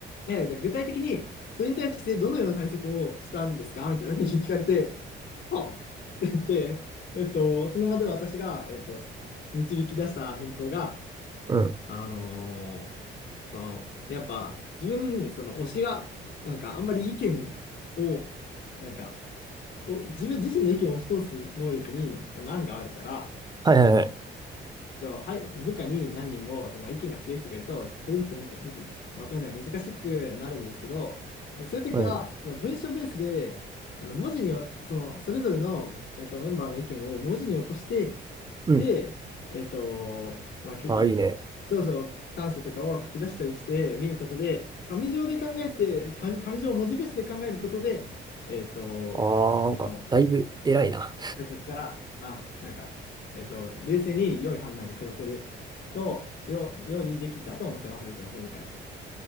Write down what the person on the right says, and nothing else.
うん。
はいはいはい。
うん。
うん。
ああ、いいね。
ああ、
なんか、だいぶ偉いな。